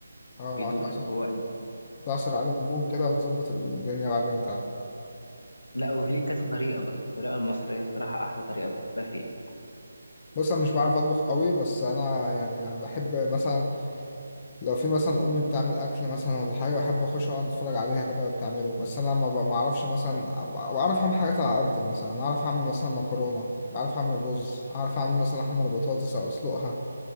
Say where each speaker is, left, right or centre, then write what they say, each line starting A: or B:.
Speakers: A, on the left (about 25°); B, on the left (about 80°).
A: اه
B: بيدوب
A: هتعصر
B: في جوه قلبي.
A: تعصر عليه ليمون كده وتظبط الدنيا بعدين
B: آه.
A: تاني
B: لا وفي ليه كذا طريقة بس الطريقة المصرية الصراحة احلى طريقة بحبها فيه
A: بص انا مش بعرف اطبخ قوي بس انا يعني أنا بحب مثلا لو في مثلا امي بتعمل اكل مثلا ولا حاجه بحب اخش اقعد اتفرج عليها كده وهي بتعمله بس انا ما ب- ما اعرفش مثلا أب- بعرف اعمل حاجات على قد مثلا اعرف اعمل مثلا مكرونه اعرف اعمل رز اعرف اعمل مثلا احمر بطاطس او اسلقها